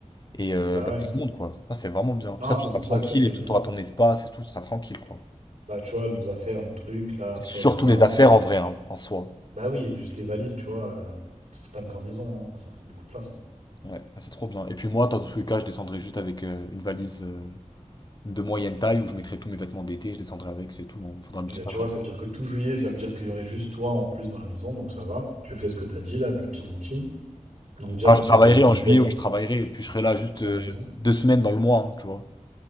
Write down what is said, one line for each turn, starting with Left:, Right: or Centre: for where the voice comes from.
Left: Et euh,
Right: Bah
Left: bah,
Right: ouais.
Left: pour tout le monde, quoi. Ça, c'est vraiment bien. Toi,
Right: Non, c'est
Left: tu seras
Right: pour
Left: tranquille
Right: ça que ça, c'est
Left: et tout,
Right: bien.
Left: t'auras ton espace et tout, tu seras tranquille, quoi.
Right: Bah, tu vois, nos affaires, nos trucs, là,
Left: C'est
Right: après,
Left: surtout
Right: on vient.
Left: les affaires
Right: euh,
Left: en vrai, hein, en soi.
Right: Bah oui, juste les valises, tu vois. euh, C'est pas une grande maison, hein, ça prend beaucoup de place. hein.
Left: Ouais, bah, c'est trop bien. Et puis moi, dans tous les cas, je descendrai juste avec euh, une valise euh, de moyenne taille où je mettrai tous mes vêtements d'été, je descendrai avec, c'est tout. Bon, faudra un petit
Right: Eh bien,
Left: passe.
Right: tu vois, ça veut dire que tout juillet, ça veut dire qu'il y aurait juste toi en plus dans la maison, donc ça va. Tu fais ce que t'as dit, là, ta petite routine. Donc déjà,
Left: Ah,
Right: ça
Left: je travaillerai
Right: fait moins de bordel
Left: en juillet, ouais, je travaillerai, et puis je serai là juste
Right: à
Left: euh,
Right: la maison.
Left: deux semaines dans le mois, hein, tu vois.